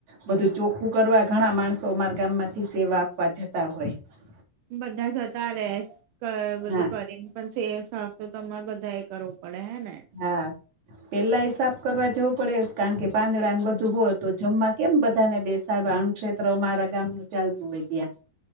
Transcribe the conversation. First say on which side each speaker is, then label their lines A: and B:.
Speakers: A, on the right (about 65°); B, on the right (about 80°).
A: બધું ચોખ્ખું કરવા ઘણા માણસો અમાર ગામ માંથી સેવા આપવા જતા હોય.
B: બધા જતા રેસ, બધું
A: હા
B: કરીને. પણ, સે સાફ તો તમારે બધા એ કરવું પડે, હે ને?
A: હા. પેલા, હ સાફ કરવા જવું પડે, કારણ કે પાંદડાને બધું હોય તો જમવા કેમ બધાને બેસે? અણુ ક્ષેત્ર, મારા ગામ નું ચાલતું હોય ત્યાં